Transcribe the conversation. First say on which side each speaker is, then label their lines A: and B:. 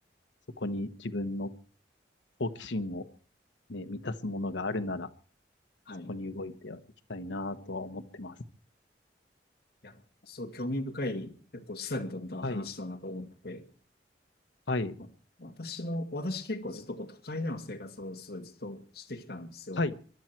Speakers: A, on the left; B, on the left.
A: そこに自分の好奇心をね、満たすものがあるなら、
B: はい。
A: そこに動いていきたいなとは思ってます。
B: や、そう、興味深い、結構示唆に富んだ話だなと思ってて、
A: はい、はい、
B: ま私も、私結構ずっとこう都会での生活をすごいずっとしてきたんですよ。
A: はい、